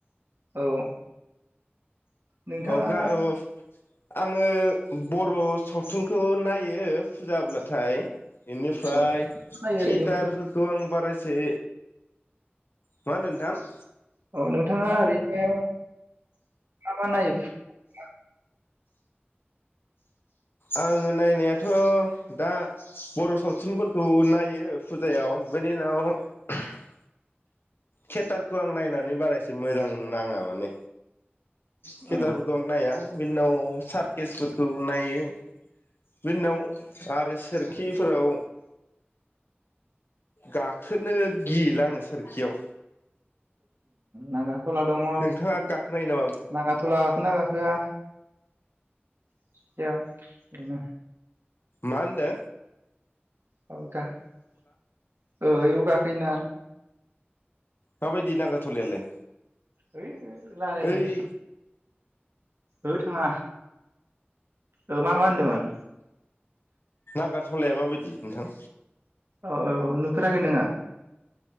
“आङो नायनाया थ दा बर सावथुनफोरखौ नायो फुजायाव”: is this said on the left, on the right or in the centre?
Left